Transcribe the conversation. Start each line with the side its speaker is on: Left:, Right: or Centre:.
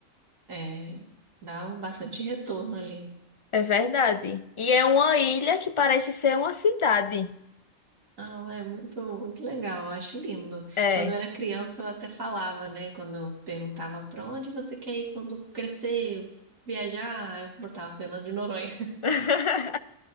Right: é, dá um bastante retorno ali.
Left: é verdade. E é uma ilha que parece ser uma cidade.
Right: Ah, é muito, muito legal, eu acho lindo.
Left: É.
Right: Quando eu era criança, eu até falava, né? Quando eu perguntava para onde você quer ir quando crescer, viajar, eu botava Fernando de Noronha.
Left: <laughs>